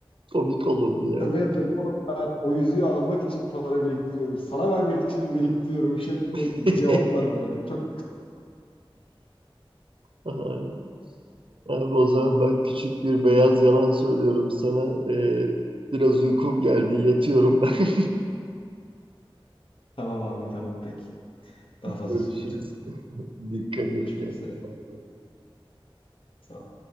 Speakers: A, on the right; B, on the left.
A: Komik olurdu
B: <laughs>
A: yani.
B: Tabii yapıyorum. Oğlum ben o yüzüğü almak için para biriktiriyorum. Sana vermek için mi biriktiriyorum şeklinde
A: <laughs>
B: cevaplar böyle. Çok
A: Ay, Abi o zaman ben küçük bir beyaz yalan söylüyorum sana. Ee, biraz uykum geldi. Yatıyorum ben.
B: tamam abi tamam peki. Daha fazla
A: Görüşürüz.
B: tutmayacağım.
A: <laughs> Dikkat
B: Görüşmek
A: et kendine.
B: üzere.
A: Bay bay.
B: Sağ ol.